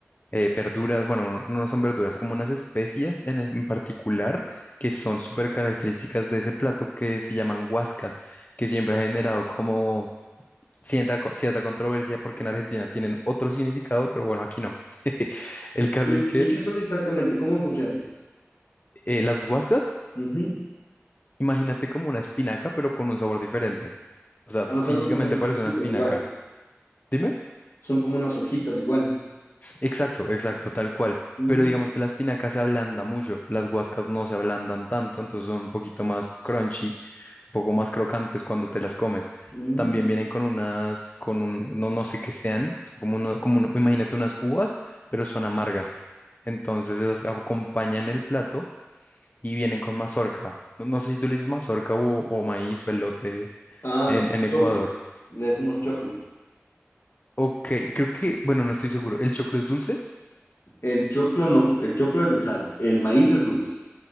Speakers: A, on the left; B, on the left.
A: eh, verduras, bueno, no no son verduras, como unas especias en, en particular que son súper características de ese plato que se llaman guascas, que siempre ha generado como cierta, co- cierta controversia porque en Argentina tienen otro significado, pero bueno, aquí no. <laughs> El caso
B: ¿Y
A: es que
B: y qué son exactamente? ¿Cómo funcionan?
A: eh, las guascas,
B: Ujú.
A: imagínate como una espinaca, pero con un sabor diferente. O sea,
B: Ah,
A: físicamente
B: o sea, son como unas
A: parece
B: hojitas
A: una espinaca.
B: igual,
A: Dime.
B: son como unas hojitas igual.
A: Exacto, exacto, tal cual.
B: Ujú.
A: Pero digamos que la espinaca se ablanda mucho, las guascas no se ablandan tanto, entonces son un poquito más crunchy, un poco más crocantes cuando te las comes.
B: Ujú.
A: También vienen con unas, con un, no, no sé qué sean, como uno, como uno- imagínate unas uvas, pero son amargas. Entonces esas acompañan el plato y vienen con mazorca. No, no sé si tú le dices mazorca o, o maíz o elote
B: Ah,
A: en, en Ecuador.
B: choclo. Le decimos choclo.
A: Ok, creo que, bueno, no estoy seguro. ¿El choclo es dulce?
B: El choclo no, el choclo es de sal, el maíz es dulce.